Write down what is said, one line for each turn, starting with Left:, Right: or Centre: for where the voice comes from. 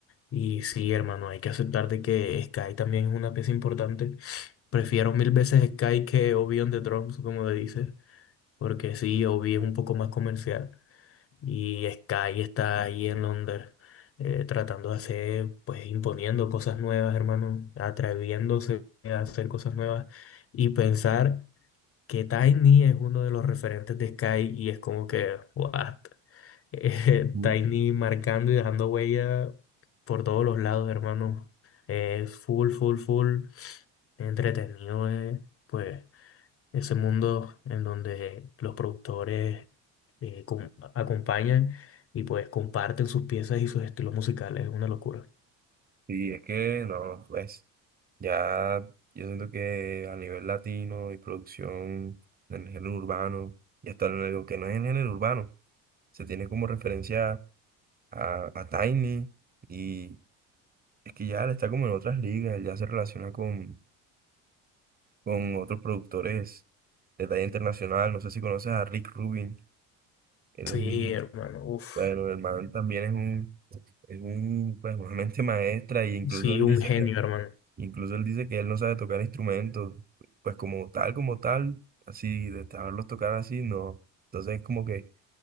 Left: Y sí, hermano, hay que aceptar de que Sky también es una pieza importante. Prefiero mil veces Sky que Obi on the Drums, como dices, porque sí, Obi es un poco más comercial y Sky está ahí en Londres. eh, tratando de hacer, pues imponiendo cosas nuevas, hermano, atreviéndose a hacer cosas nuevas y pensar que Tiny es uno de los referentes de Sky y es como que, what? <laughs> Eh,
Right: Ujú.
Left: Tiny marcando y dejando huella por todos los lados, hermano. Es full, full, full entretenido, eh, pues, ese mundo en donde los productores eh, com- acompañan y pues comparten sus piezas y sus estilos musicales. Es una locura.
Right: Sí, es que no, pues ya yo siento que a nivel latino y producción en el género urbano, y hasta en lo digo que no es en el género urbano, se tiene como referencia a, a Tiny y es que ya él está como en otras ligas, él ya se relaciona con, con otros productores de talla internacional, no sé si conoces a Rick Rubin, él
Left: Sí,
Right: es un,
Left: hermano, uff.
Right: bueno, el man también es un, es un, pues una mente maestra y incluso
Left: Sí,
Right: él
Left: un
Right: dice
Left: genio,
Right: que,
Left: hermano.
Right: incluso él dice que él no sabe tocar instrumentos, pues como tal, como tal, así, de saberlos tocar así, no, entonces es como que,